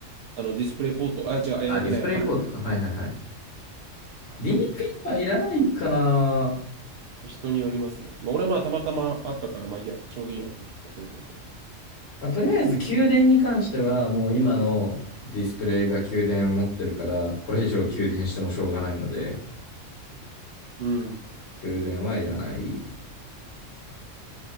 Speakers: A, on the right; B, on the left.
A: あの、ディスプレイポート、あ、違う、
B: あ、
A: えーっとね、
B: ディスプレイポートか。
A: あれ
B: はいはいはい。DP はいらないかな。
A: 人によりますね。まあ、俺はまあたまたまあったから、まあいいや、ちょうどいいやと思って使ってるけど。
B: まあ、とりあえず、給電に関しては、もう今のディスプレイが給電持ってるから、これ以上給電してもしょうがないので、
A: うん。
B: 給電はいらない。